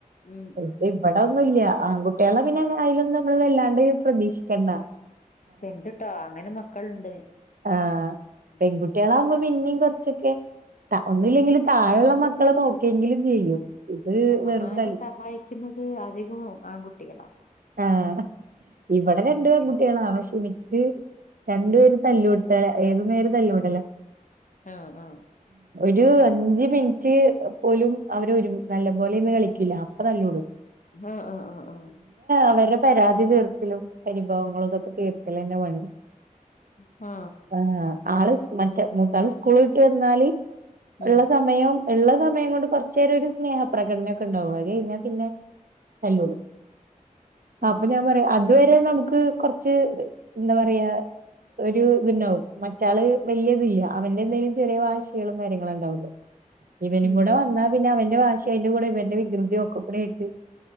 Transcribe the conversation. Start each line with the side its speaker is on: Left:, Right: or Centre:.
Left: ഉം ഉം
Right: ഇത് ഇവിടെ ഒന്നുംല്ല ആൺ കുട്ടികളെ പിന്നെലയും അയ്ല് നമ്മള് വല്ലാതെ തെ പ്രതീക്ഷിക്കണ്ട.
Left: സെന്റ്ട്ടോ അങ്ങനെ മക്കളുണ്ട്.
Right: ആ
Left: ഉം
Right: പെൺകുട്ടികളാവകുമ്പോ പിന്നേയും കൊറച്ചൊക്കെ ഒന്നുമില്ലെങ്കിൽ താഴള്ള മക്ക ളെ നോക്കിയെങ്കിലും ചെയ്യും. ഇത്
Left: അമ്മമാരെ
Right: വെറും തല്ല്
Left: സഹായിക്കുന്നത് അധികം ആൺകുട്ടികളാ.
Right: ആ ഇവിടെ രണ്ടു
Left: എന്തെങ്കിലൊക്കെ
Right: പേൺകുട്ടികളാണ് പശേ എനിക്ക് രണ്ടു
Left: ഉം
Right: പേര് തല്ലവിട്ട ഏത് നേരം തല്ലുടല്ല
Left: ആ ആ
Right: ഒരു അഞ്ച് മിനിറ്റ് പോലും അവരെ ഒരു നല്ല പോലെ ഇന്ന് കളിക്കൂില്ല അപ്പൊ തല്ലുടും
Left: ആ ആ ആ ആ
Right: അവടെ പരാതി തീർക്കലും പരിഭവങ്ങളും ഇതൊക്കെ തീർക്കലെന്നെ പണി
Left: ആ
Right: ആഹ് ആള് മറ്റേ മൂത്ത ആൾ സ്കൂള ഇട്ട് വന്നാല്
Left: ഉം
Right: ഇള്ള സമയം ഇള്ള സമയം കൊണ്ട് കുറച്ചു നേരം ഒരു സ്നേഹപ്രകടന ഒക്കെ ഉണ്ടാവും അതെ കഴിഞ്ഞാൽ പിന്നെ തല്ലോടും
Left: ഉം ഉം
Right: അപ്പൊ ഞാൻ പറയാ അതുവരെ നമുക്ക് കുറച്ച് എന്താ പറയാ ഒരു ഇതുണ്ടാവും മറ്റാള് വല്യയ ഇതില്ല അവന്റെ എന്തേങ്കിലും ചെറിയ വാശകളും കാര്യങ്ങളും ഉണ്ടാവുള്ളൂ ഇവനും
Left: ഉം
Right: കൂടെ വന്നാ പിന്നെ അവന്റെ വാശി അയിന്റെ കൂടെ ഇവന്റെ വികൃതി ക്ഒക്കെകൂടൊയിട്ട്